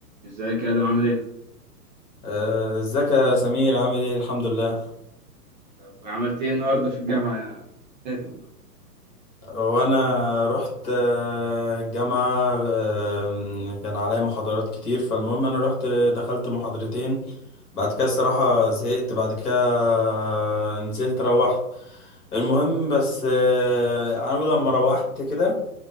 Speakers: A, on the right; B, on the left.
A: ازيك يا ادم عامل ايه؟
B: آه، ازيك يا سمير عامل ايه الحمد لله
A: طب عملت ايه النهارده في الجامعه يا ادم؟
B: وانا رحت آه، الجامعة آه، كان عليا محاضرات كتير فالمهم انا رحت دخلت محاضرتين بعد كده الصراحة زهقت بعد كده نزلت روحت المهم بس آه، انا لما روحت كده